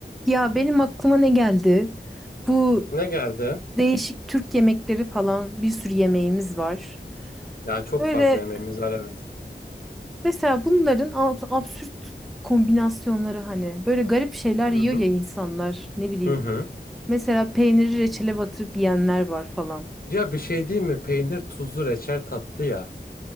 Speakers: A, in the centre; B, on the left (about 55°).
A: Ya benim aklıma ne geldi? Bu
B: Ne geldi?
A: değişik Türk yemekleri falan bir sürü yemeğimiz var.
B: Ya çok
A: Böyle
B: fazla yemeğimiz var evet.
A: mesela bunların ab- absürt kombinasyonları hani böyle garip şeyler yiyor
B: Hı hı.
A: ya insanlar ne bileyim.
B: Hı hı.
A: Mesela peyniri reçele batırıp yiyenler var falan.
B: Ya bir şey değil mi? Peynir, tuzlu, reçel tatlı ya.